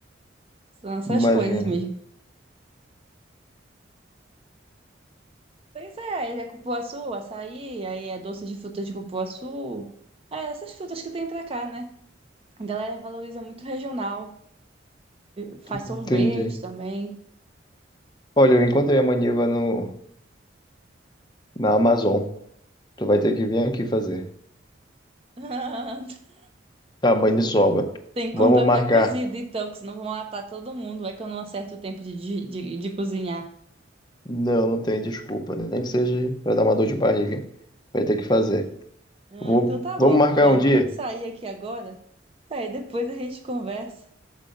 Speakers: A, on the right; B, on the left.
A: São essas
B: imagino.
A: coisas mesmo. Pois é, ele é cupuaçu, açaí, aí é doce de frutas de cupuaçu. É, essas frutas que tem pra cá, né? A galera valoriza muito regional. Faz
B: Entendi.
A: sorvete também.
B: Olha, eu encontrei a maniva no, na Amazon. Tu vai ter que vir aqui fazer.
A: <laughs>
B: Tamanho de sobra.
A: Tem que
B: Vamos
A: comprar
B: marcar.
A: pré-cozido, então, que senão vão matar todo mundo. É que eu não acerto o tempo de, de, de de cozinhar.
B: Não, não tem desculpa. né? Nem que seja para dar uma dor de barriga. Vai ter que fazer.
A: Ah,
B: Vou,
A: então tá
B: vamos
A: bom.
B: marcar
A: Ó,
B: um dia?
A: vou ter que sair aqui agora. Aí depois a gente conversa.